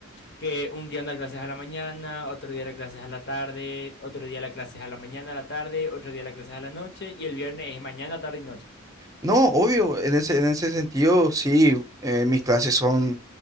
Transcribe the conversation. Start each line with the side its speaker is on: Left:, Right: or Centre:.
Left: que un día una clase es a la mañana, otro día la clase es a la tarde, otro día la clase es a la mañana, a la tarde, otro día la clase es a la noche y el viernes es mañana, tarde y noche.
Right: No, obvio, en ese, en ese sentido, sí, eh, mis clases son